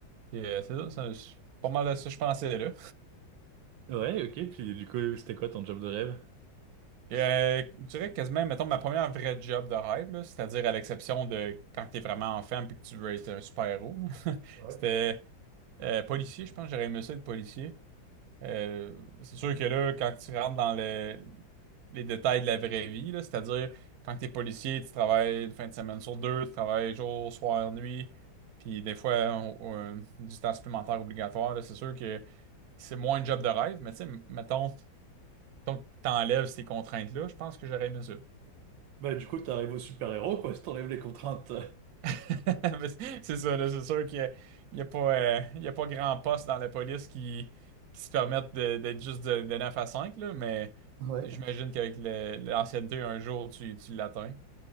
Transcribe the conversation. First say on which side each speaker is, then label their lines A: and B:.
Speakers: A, on the right; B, on the right.
A: Puis, euh, c'est ça, ça, c'est pas mal à ça que je pensais, là.
B: Ouais, ok, puis du coup, c'était quoi ton job de rêve?
A: Puis, euh, je dirais quasiment, mettons, ma première vraie job de rêve, là, c'est-à-dire à l'exception de quand t'es vraiment enfant puis que tu veux être un super-héros, <laughs>
B: Ouais,
A: c'était euh, policier, je pense que j'aurais aimé ça être policier. Euh, c'est sûr que là, quand tu rentres dans le- les détails de la vraie vie, là, c'est-à-dire quand tu es policier, tu travailles une fin de semaine sur deux, tu travailles jour, soir, nuit, puis des fois on- on- du temps supplémentaire obligatoire, là, c'est sûr que c'est moins un job de rêve, mais tu sais, mettons, donc t'enlèves ces contraintes-là, je pense que j'aurais aimé ça.
B: Bah du coup, t'arrives au super-héros, quoi, si t'enlèves les contraintes.
A: <laughs> Mais C'est c'est ça, là, c'est sûr qu'il n'y a, il y a pas, euh, il y a pas grand poste dans la police qui, qui se permettent de- d'être juste de, de 9 à 5 là, mais
B: <laughs> ouais,
A: j'imagine qu'avec le- l'ancienneté, un jour, tu, tu l'atteins.